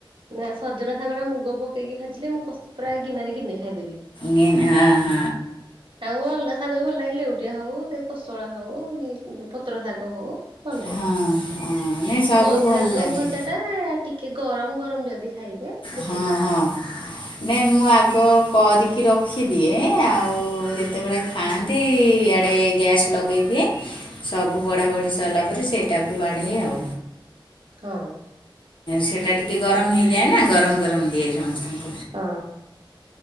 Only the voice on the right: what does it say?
ନା ସଜନା ଶାଗୁରା ମୁଗ ପକେଇକି ଭାଜିଲେ ମୁଁ ପୁରା ଗିନାରେ ଗିନେ ଖାଇଦେବି।
ଆଉ ଅଲଗା ଶାଗ ବି ଭଲ ଲାଗେ ଲେଉଟିଆ ହଉ ସେ କୋଶଳା ହଉ ଯୋଉ ପତ୍ର ଶାଗ ହଉ। ଭଲ ଲାଗେ
ଶାଗ
ଭଜାଟା ଟିକେ ଗରମ ଗରମ ଯଦି ଖାଇବେ ବେଶୀ
ଭଲ ଲାଗେ।
ହଁ।
ହଁ।